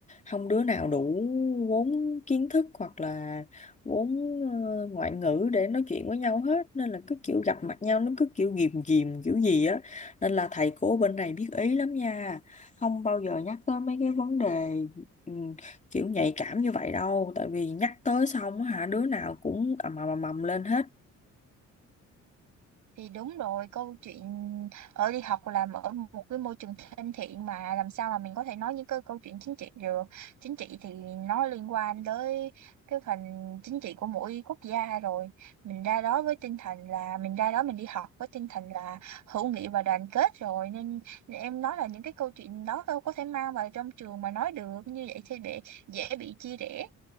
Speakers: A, on the left (about 25°); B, on the right (about 75°).
A: không đứa nào đủ vốn kiến thức hoặc là vốn ờ, ngoại ngữ để nói chuyện với nhau hết nên là cứ kiểu gặp mặt nhau nó cứ kiểu ghìm ghìm kiểu gì á nên là thầy cô bên này biết ý lắm nha không bao giờ nhắc tới mấy cái vấn đề ừ, kiểu nhạy cảm như vậy đâu tại vì nhắc tới xong á hả đứa nào cũng ầm ầm ầm ầm lên hết
B: thì đúng rồi câu chuyện ở đi học làm ở một cái môi trường thân thiện mà làm sao mà mình có thể nói những cái câu chuyện chính trị được chính trị thì nó liên quan tới cái phần chính trị của mỗi quốc gia rồi mình ra đó với tinh thần là mình ra đó mình đi học với tinh thần là hữu nghị và đoàn kết rồi nên em nói là những cái câu chuyện đó đâu có thể mang vào trong trường mà nói được như vậy thì bị dễ bị chia rẽ